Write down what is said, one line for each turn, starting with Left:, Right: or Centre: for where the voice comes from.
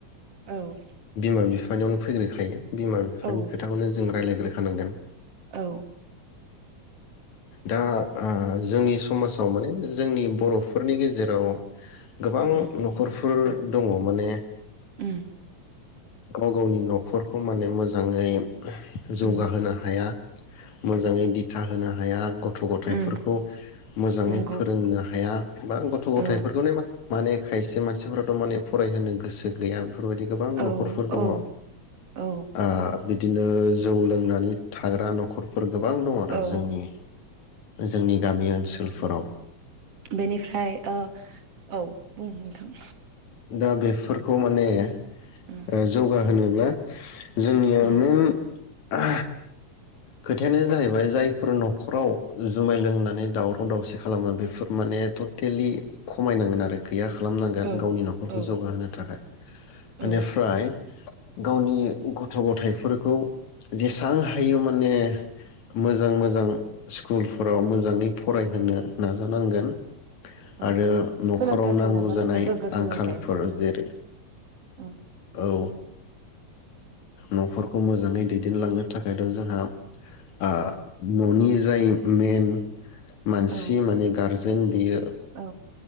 Right: औ।
Left: बिमा बिफानियावनो फैग्रोखायो। बिमा बिफानि
Right: औ
Left: खोथाखौनो जों राय्लायग्रो खानांगोन
Right: औ।
Left: दा ओ जोंनि समाजाव माने जोंनि बर'फोरनि गेजेराव गोबां
Right: उम
Left: न'खर फोर दङ माने
Right: उम।
Left: गाव गावनि न'खरखौ माने मोजाङै जौगाहोनो
Right: उम
Left: हाया मोजाङै दिथा होनो हाया गथ'
Right: उम
Left: गथाइफोरखौ मोजाङै
Right: नंगौ
Left: फोरोंनो हाया। बा गथ' गथाय
Right: औ
Left: फोरखौनो माने खायसे मानसि फोराथ' माने फरायहोनो गोसो गैया। बेफोरबादि गोबां
Right: औ
Left: नखर फोर दङ
Right: औ औ
Left: आ बिदि नो जौ लोंनानै थाग्रा नखरफोर गोबां दं आरो
Right: औ
Left: जोंनि जोंनि गामि ओनसोल फोराव
Right: बेनिफ्राय आ औ बुं नोंथां।
Left: दा बेफोरखौ माने ओ
Right: उम
Left: जौगाहोनो ब्ला जोंनिया
Right: औ
Left: मेइन आ खोथायानो जाहैबाय जायफोर नखराव जुमाय लोंनानै दावराव दावसि खालामो बेफोर माने थ टेलि खमायनांगोन आरो गैया खालामनांगोन
Right: औ
Left: गावनि नखरखौ
Right: औ
Left: जौगाहोनो थाखाय
Right: औ
Left: एनिफ्राय गावनि गथ गथायाइ फोरखौ जेसां हायो यो मोजां मोजां स्कुल फोराव मोजाङै फरायहोनो नाजानांगोन।
Right: औ
Left: आरो नखराव
Right: सोलोंथाइ होनो
Left: नांगौ
Right: नाजानांगोन
Left: जानाय
Right: गोग्गो सोलोंथाइ
Left: आंखालफोर जेरै
Right: उम
Left: औ। नखरखौ मोजाङै दैदेनलांनो थाखाय नो जोंहा ओ ननि जाय मेन मानसि
Right: औ
Left: माने गारजेन जों बियो
Right: औ